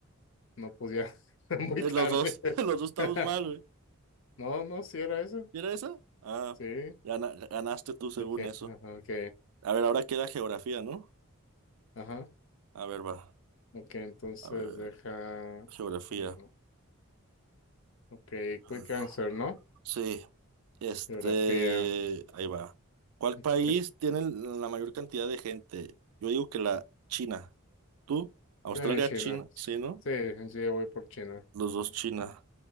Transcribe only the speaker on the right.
Eh,
los dos, <laughs> los dos estamos
mal, güey.
¿Y era esa? Ah,
gana- ganaste tú según
eso.
A ver, ahora queda geografía, ¿no?
A ver, va.
A ver,
geografía.
Mm,
Sí. Este,
ahí va. ¿Cuál
país tiene la mayor cantidad de gente? Yo digo que la China. ¿Tú? Australia,
China, sí, ¿no?
Los dos China.